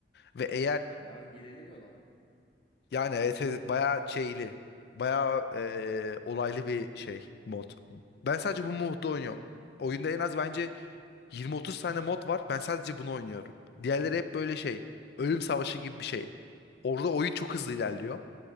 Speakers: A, on the left; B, on the left.
A: Ve eğer
B: Bayağı hileli bir olay.
A: yani evet, evet bayağı şeyli, bayağı eee, olaylı bir şey mod. Ben sadece bu modda oynuyorum. Oyunda en az bence 20-30 tane mod var. Ben sadece bunu oynuyorum. Diğerleri hep böyle şey. Ölüm savaşı gibi bir şey. Orada oyun çok hızlı ilerliyor.